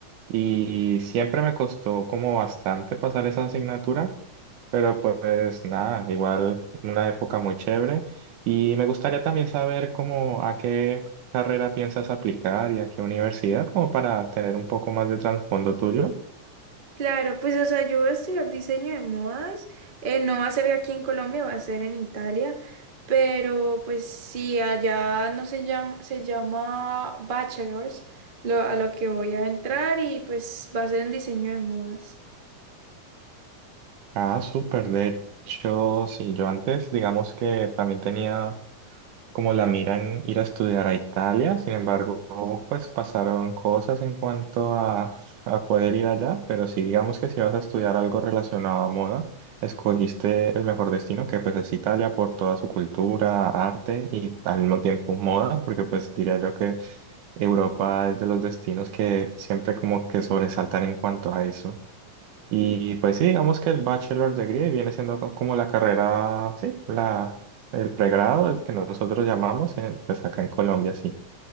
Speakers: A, on the right; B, on the right.
A: y siempre me costó como bastante pasar esa asignatura pero pues nada, igual una época muy chévere. Y me gustaría también saber cómo a qué carrera piensas aplicar y a qué universidad, como para tener un poco más de trasfondo tuyo.
B: Claro, pues o sea, yo voy a estudiar diseño de modas, eh, no va a ser aquí en Colombia, va a ser en Italia, pero pues sí, allá no se llama, se llama bachelors, lo, a lo que voy a entrar y pues va a ser en diseño de modas.
A: Ah, súper. De hecho, sí, yo antes, digamos que también tenía como la miran ir a estudiar a Italia, sin embargo, pues pasaron cosas en cuanto a, a poder ir allá, pero sí digamos que si vas a estudiar algo relacionado a moda, escogiste el mejor destino, que pues es Italia por toda su cultura, arte y al mismo tiempo moda, porque pues diría yo que Europa es de los destinos que siempre como que sobresaltan en cuanto a eso. Y pues sí, digamos que el Bachelor Degree viene siendo co- como la carrera, sí, la, el pregrado, el que nosotros llamamos, en- pues acá en Colombia, sí.